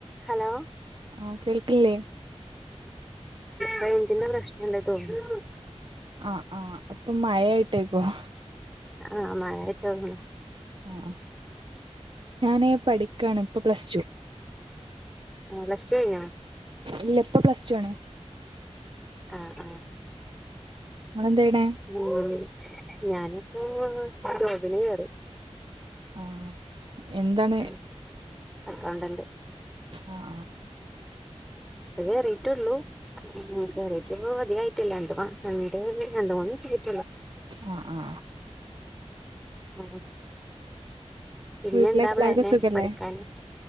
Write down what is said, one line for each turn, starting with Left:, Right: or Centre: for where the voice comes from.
Centre: Hello?
Right: ആ കേൾക്കില്ലേ?
Centre: റേഞ്ചിൻ്റെ പ്രശ്നം ഉണ്ടെന്ന് തോന്നുന്നു.
Right: ആഹ് ആഹ് അപ്പൊ മഴായിട്ടേക്കും?
Centre: ആ മഴ <unintelligible>
Right: ആ ഞാനേ പഠിക്കാണ് ഇപ്പൊ പ്ലസ് ടു
Centre: ആഹ് പ്ലസ് ടു കഴിഞ്ഞോ <unintelligible>
Right: ഇല്ല ഇപ്പൊ പ്ലസ് റ്റു ആണ്
Centre: ആ ആ
Right: നിങ്ങളെന്താ ചെയ്യണേ
Centre: ഉം ഞാനിപ്പോ <unintelligible> <unintelligible>
Right: ആ എന്താണ്
Centre: ഉം അക്കൗണ്ടന്റ്
Right: ആ ആ
Centre: അത് കേറിട്ടുള്ളൂ കേറീട്ട് അധികായിട്ടില്ല രണ്ട് രണ്ട് രണ്ട് മൂന്ന് ദ
Right: ആ ആ
Centre: ഉം പിന്നെ
Right: വീട്ടിലേക്ക്
Centre: എന്താവള
Right: എല്ലാവർക്കും
Centre: അനെ
Right: സുഖല്ലേ
Centre: പഠിക്കാന്